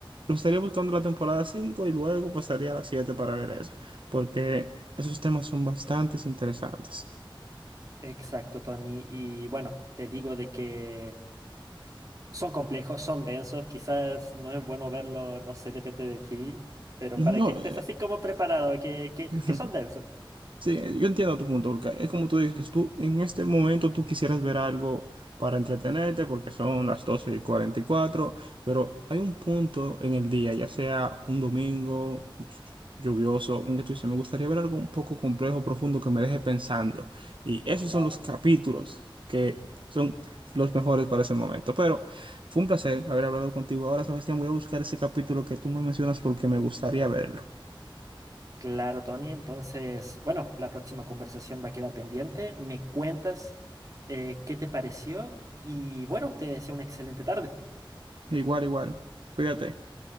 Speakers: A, on the right; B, on the right.
A: me estaría buscando la temporada 5 y luego pasaría a la 7 para ver eso, porque esos temas son bastante interesantes.
B: Exacto, Tony. Y bueno, te digo de que son complejos, son densos, quizás no es bueno verlo, no sé, depende de ti, pero
A: No,
B: para que estés
A: eh,
B: así como preparado, que, que,
A: <laughs>
B: que son densos.
A: Sí, yo entiendo tu punto, porque es como tú dices, tú en este momento tú quisieras ver algo para entretenerte, porque son las doce y cuarenta y cuatro pero hay un punto en el día, ya sea un domingo lluvioso, en que tú dices, me gustaría ver algo un poco complejo, profundo, que me deje pensando. Y esos
B: Claro,
A: son los capítulos que son los mejores para ese momento. Pero fue un placer haber hablado contigo. Ahora, Sebastián, voy a buscar ese capítulo que tú me mencionas porque me gustaría verlo.
B: claro, Tony. Entonces, bueno, la próxima conversación va a quedar pendiente. Me cuentas eh, qué te pareció y bueno, te deseo una excelente tarde.
A: Igual, igual. Cuídate.